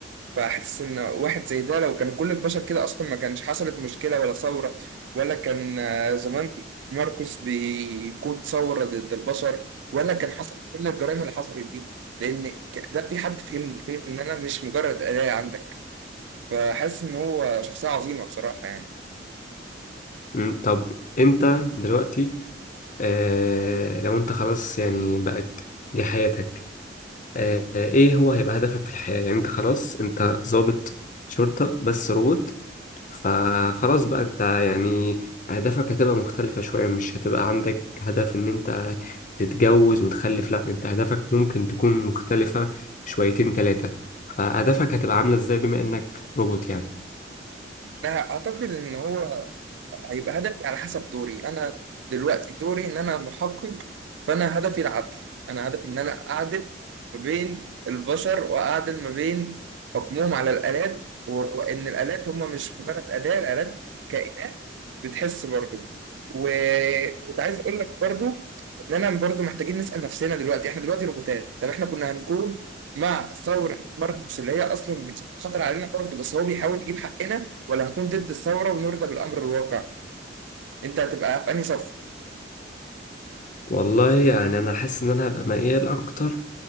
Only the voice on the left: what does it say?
مم، طب انت دلوقتي آه لو انت خلاص يعني بقت دي حياتك آه ايه هو هيبقى هدفك في الحياة يعني انت خلاص انت ضابط شرطة بس روبوت فخلاص بقى انت يعني اهدافك هتبقى مختلفة شوية مش هتبقى عندك هدف ان انت تتجوز وتخلف لا انت اهدافك ممكن تكون مختلفة شويتين تلاتة فاهدافك هتبقى عاملة ازاي بما انك روبوت يعني
والله يعني انا حاسس ان انا هبقى ميال اكتر